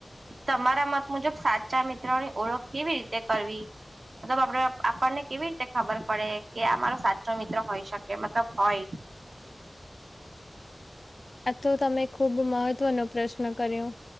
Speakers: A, on the right; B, on the left.
A: તમારા મત મુજબ સાચા મિત્રોની ઓળખ કેવી રીતે કરવી? મતલબ આપડે આપણને કેવી રીતે ખબર પડે કે આ મારો સાચો મિત્ર હોઈ શકે મતલબ હોય?
B: આ તો તમે ખુબ મહત્વનો પ્રશ્ન કર્યો.